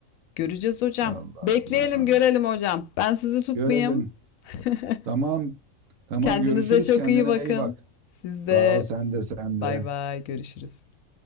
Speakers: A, on the left; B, on the right.
A: Göreceğiz hocam.
B: Allah
A: Bekleyelim,
B: Allah.
A: görelim hocam. Ben sizi tutmayayım.
B: Görelim.
A: <laughs>
B: Tamam. Tamam
A: Kendinize
B: görüşürüz.
A: çok
B: Kendine
A: iyi bakın.
B: iyi bak.
A: Siz de
B: Sağ ol sen de sen
A: bay
B: de.
A: bay, görüşürüz.